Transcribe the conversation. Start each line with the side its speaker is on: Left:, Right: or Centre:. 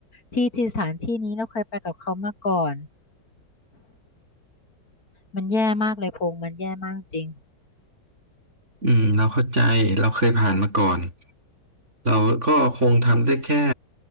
Left: ที่ที่สถานที่นี้เราเคยไปกับเขามาก่อนมันแย่มากเลยพงมันแย่มากจริง
Right: อืมเราเข้าใจเราเคยผ่านมาก่อนเราก็คงทำได้แค่